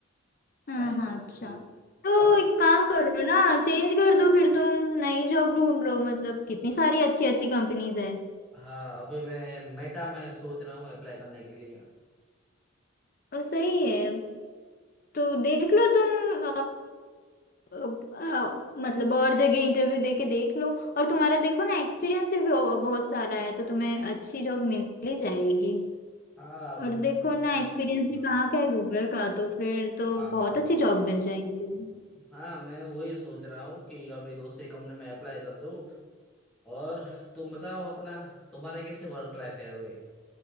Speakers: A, on the left; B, in the centre.
A: हाँ
B: क्या ही
A: हाँ
B: बोले
A: अच्छा
B: अभी
A: तो
B: और
A: एक काम करो ना चेंज कर दो फिर तुम नई जॉब ढूंढ लो मतलब कितनी सारी अच्छी अच्छी कंपनीज है
B: हाँ अभी मैं मेटा में सोच रहा हूँ अप्लाई करने के लिए
A: और सही है तो देख लो तुम अ, मतलब और जगह इंटरव्यू दे के देख लो और तुम्हारा देखो ना एक्सपीरियंस भी बहु- बहुत सारा है तो तुम्हें अच्छी जॉब मिल ही जाएगी
B: हाँ अभी
A: और
B: मैं
A: देखो
B: सोच
A: ना एक्सपीरियंस
B: रहा-
A: भी कहाँ का है गूगल का तो फिर तो
B: हाँ
A: बहुत
B: हाँ
A: अच्छी जॉब मिल जाएगी तुम्हें
B: हाँ मैं वही सोच रहा हूँ कि अभी दूसरी कंपनी में अप्लाई कर दूँ और तुम बताओ अपना तुम्हारा कैसे वर्क लाइफ है अभी